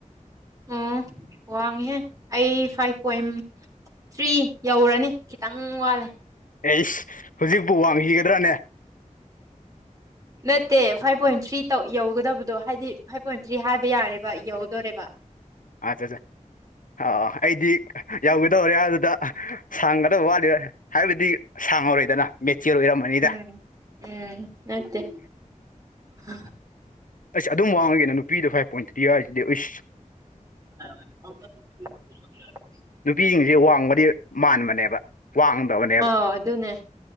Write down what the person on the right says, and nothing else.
ꯑꯝ ꯋꯥꯡꯉꯦꯍꯦ ꯑꯩ ꯐꯥꯏꯚ ꯄꯣꯏꯟ ꯊ꯭ꯔꯤ ꯌꯧꯔꯅꯤ ꯈꯤꯇꯪ ꯋꯥꯂꯦ
ꯅꯠꯇꯦ ꯐꯥꯏꯚ ꯄꯣꯏꯟ ꯊ꯭ꯔꯤ ꯇꯧ ꯌꯧꯒꯗꯕꯗꯣ ꯍꯥꯏꯗꯤ ꯐꯥꯏꯚ ꯄꯣꯏꯟ ꯊ꯭ꯔꯤ ꯍꯥꯏꯕ ꯌꯥꯔꯦꯕ ꯌꯧꯗꯣꯔꯦꯕ
ꯎꯝ ꯎꯝ ꯅꯠꯇꯦ ꯍꯥ
<unintelligible>
ꯑꯥꯎ
ꯑꯗꯨꯅꯦ